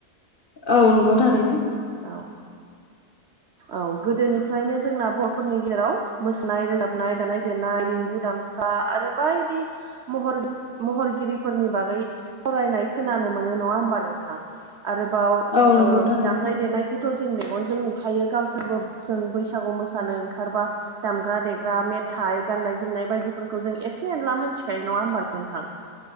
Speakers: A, on the left; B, on the right.
A: औ नंगौ थारैनो
B: औ औ गोदोनिफ्रायनो जोंना बर'फोरनि गेजेराव मोसानाय रोजाबनाय दामानाय देनाय रिंगु दाम फिसा आरो बायदि महर-महरगिरिफोरनि बागै फरायनाय खोनानो मोन नंङा होनबा नोंथां आरोबाव
A: औ नंगौ
B: ओ
A: थारैनो
B: दामनाय देनायखौथ' जों मेगनजों नुखायो गावसोरबो जों बैसागु मोसानो ओंखारबा दामग्रा देग्रा मेथाइ गाननाय जोमनाय बायदि फोरखौ जों एसे एनला मोनथिखायो नङा होनबा नोंथां